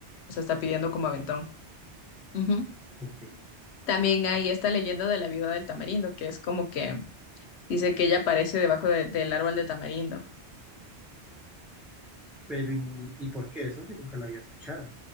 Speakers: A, on the left; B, in the centre.
A: O sea, está pidiendo como aventón. Ujú.
B: ok.
A: También hay esta leyenda de la viuda del tamarindo, que es como que dice que ella aparece debajo de- del árbol de tamarindo.
B: Pero, ¿y, y por qué? Eso sí nunca la había escuchado.